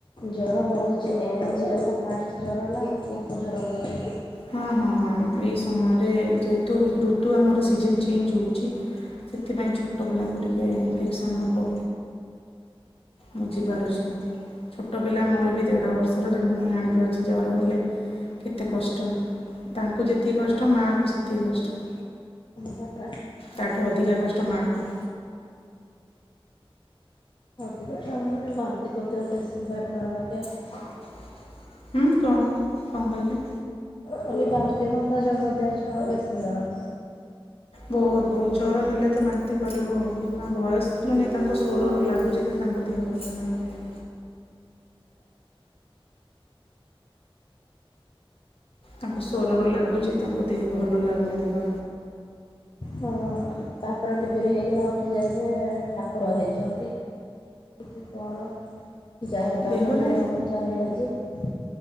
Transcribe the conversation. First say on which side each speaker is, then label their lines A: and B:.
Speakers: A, on the left (about 55°); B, on the left (about 80°).
A: ଜର ହଉଛି। ଏ ଝିଅକୁ ଫାଷ୍ଟ ଜର ହେଲା, ଏଇଲେ ପୁଅକୁ ଜର ହେଉଛି।
B: ହୁଁ ହୁଁ ହୁଁ। ହଁ ଏଇ ସମୟରେ ଯେହେତୁ ଋତୁ ଆମର ସିଜନ ସିଜିନ୍ ଚେଞ୍ଜ୍ ହେଉଛି ସେଥିପାଇଁ ଛୋଟ ପିଲାଙ୍କୁ ଟିକେ ଇନଫେକ୍ସନ୍ ହବ। ବୁଝିପାରୁଛୁ। ଛୋଟ ପିଲା ମୋର ବି ଦେଢ ବର୍ଷର, ତେଣୁ ମୁଁ ଜାଣିପାରୁଛି ଜର ହେଲେ କେତେ କଷ୍ଟ। ତାଙ୍କୁ ଯେତିକି କଷ୍ଟ ମାଆଙ୍କୁ ସେତିକି କଷ୍ଟ।
A: ପରା
B: ତାଠୁ ଅଧିକା କଷ୍ଟ ମାକୁ।
A: ଅଧିକ ଛୁଆମାନଙ୍କୁ ଯୋଉ ବାନ୍ତି କରିଦିଅନ୍ତି ବେଶୀ ବା ରଣା ଲାଗେ।
B: ହୁଁ କଣ କଣ କହିଲେ?
A: ଖାଲି ବାନ୍ତି ଫାନ୍ତି ଯେଉ କରି ଦିଅନ୍ତି ଛୁଆ ଙ୍କୁ ବେଶୀ ଜଣ।
B: ବୋହୁତ୍ ବୋହୁତ୍, ଜର ହେଲେ ତ ବାନ୍ତି କରିବ। ତାଙ୍କ ଭଏସ୍ ମାନେ ତାଙ୍କ ସ୍ୱରରୁ ଲାଗୁଛି ତ ତାଙ୍କ ଦେହ ଭଲ ନାହିଁ ବୋଲି। ତାଙ୍କ ସ୍ୱରରୁ ଲାଗୁଛି ତାଙ୍କ ଦେହ ଭଲ ଲାଗୁନି ଦେହ।
A: ହଁ। ତାପରେ ବିିଦୁର ହେଇକିନା ଉଠିଯାଇଛି ଯେ ଠାକୁର ହେଇଛନ୍ତି। କି କଣ ଜାଣି ପାରୁନି
B: ଦେହରେ
A: ଦେହ ମୁଣ୍ଡ ଚାରିଆଡେ ହେଇଛି।